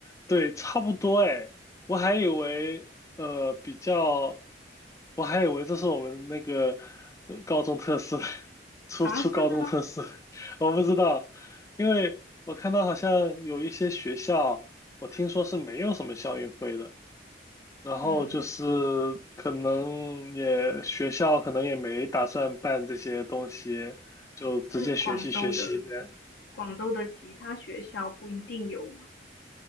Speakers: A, on the left; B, on the left.
A: 对，差不多哎，我还以为呃比较，我还以为这是我们那个呃高中特色，<laughs> 初初高中特色，
B: 啊，是吗？
A: <laughs> 我不知道，因为我看到好像有一些学校，我听说是没有什么校运会的，然后就是
B: 嗯，
A: 可能也学校可能也没打算办这些东西，就直接学习学习的。
B: 是广州的，广州的其他学校不一定有吗？